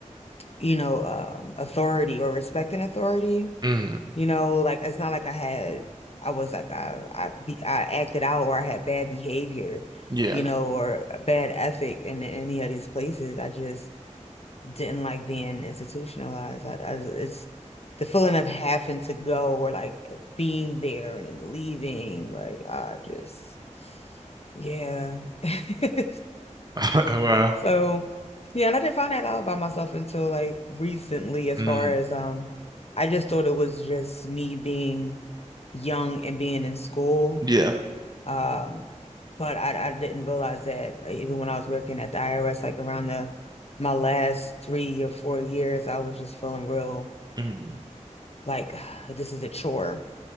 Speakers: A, on the left; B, on the right.
A: you know, um, authority or respecting authority.
B: Mm,
A: You know, like it's not like I had, I was like I, I, be, I acted out or I had bad behavior,
B: yeah.
A: you know, or a bad ethic in any of these places. I just didn't like being institutionalized. I, I, it's the feeling of having to go or like being there and then leaving. Like I just, yeah. <laughs>
B: <laughs> Well,
A: So yeah, and I didn't find that out about myself until like recently, as
B: mm,
A: far as um I just thought it was just me being young and being in school.
B: yeah.
A: Um, but I, I didn't realize that uh, even when I was working at the IRS, like around the my last three or four years, I was just feeling real
B: Mm,
A: like <sighs> this is a chore.